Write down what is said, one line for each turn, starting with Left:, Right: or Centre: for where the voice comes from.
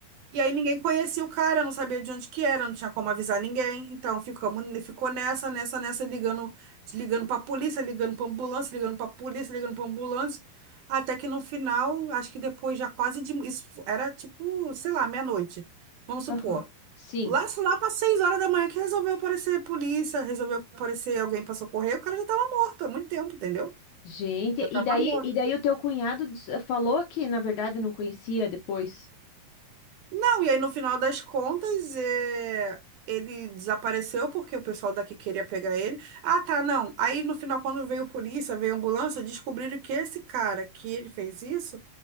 Right: E aí ninguém conhecia o cara, não sabia de onde que era, não tinha como avisar ninguém. Então ficamos, ficou nessa, nessa, nessa, ligando, ligando pra polícia, ligando pra ambulância, ligando pra polícia, ligando pra ambulância. Até que no final, acho que depois já quase de. Isso fo- era tipo, sei lá, meia-noite, vamos supor.
Left: Aham. Sim.
Right: Lá, lá para seis horas da manhã que resolveu aparecer polícia, resolveu aparecer alguém pra socorrer, o cara já tava morto há muito tempo, entendeu?
Left: Gente,
Right: Já tava
Left: e daí,
Right: morto.
Left: e daí o teu cunhado des- falou que, na verdade, não conhecia depois.
Right: Não, e aí no final das contas, é, ele desapareceu porque o pessoal daqui queria pegar ele. Ah, tá, não. Aí no final, quando veio polícia, veio ambulância, descobriram que esse cara que ele fez isso,